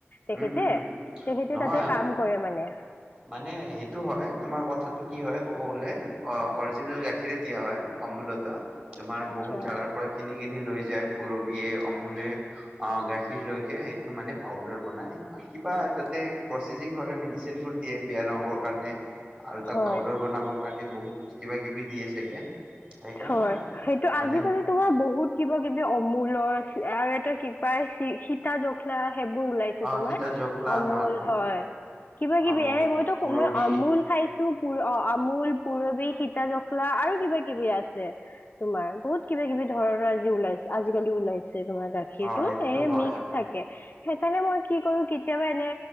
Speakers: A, on the left; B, on the right.
A: তেখেতে
B: উম উম উম
A: তেখেতে
B: নহয়।
A: তাতে কাম কৰে মানে
B: মানে সেইটো হয় তোমাৰ কথাটো কি হ'য় ক'ব গ'লে। অ অৰিজিনেল গাখীৰে দিয়া হ'য়। অমূলত তোমাৰ
A: আচ্ছা
B: বহুত জাগাৰ পৰা কিনি কিনি লৈ যায়। পুৰবিয়ে আমুলে অ গাখীৰ লৈকে সেইটো মানে পাউদাৰ। কিবা তাতে প্ৰচেছিং কৰে মেডিচিন বোৰ দিয়ে বেয়া নহব কাৰণে। আৰু তাক
A: হয়
B: পাউদাৰ বনাবৰ কাৰণে বহুত কিবা কিবি। দিয়ে চাগে সেইকাৰণে
A: হ'য়, সেইটো আজি
B: মানে
A: কালি তোমাৰ বহুত কিবা কিবি অমূলৰ। আৰু এটা কিবা সীতা জখলা। সেইবোৰ ওলাইছে
B: অ
A: তোমাৰ
B: সীতা জখলা
A: আমুল
B: অ বহুত
A: হয়। কিবা- কিবি
B: অমুল
A: এনে মইতো
B: পুৰবি
A: মই আমুল খাইছোঁ। অহ আমুল, পুৰৱী, সীতা-জখলা জখলা আৰু কিবা- কিবি আছে তোমাৰ বহুত কিবা -কিবি ধৰণৰ আজি ওলাইছে আজি কালি ওলাইছে। তোমাৰ গাখীৰটো
B: অ সেইটোতো
A: এ
B: হয়
A: মিক্স
B: হয়
A: থাকে সেইকাৰণে মই কি কৰোঁ কিত কেতিয়াবা এনে